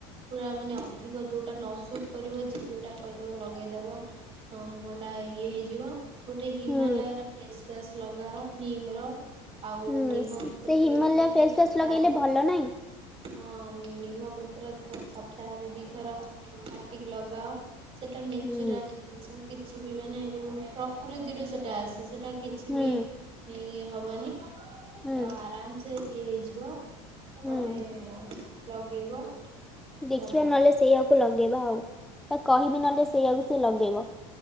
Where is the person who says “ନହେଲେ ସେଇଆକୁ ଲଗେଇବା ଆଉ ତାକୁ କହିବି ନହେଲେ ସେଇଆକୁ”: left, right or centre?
Centre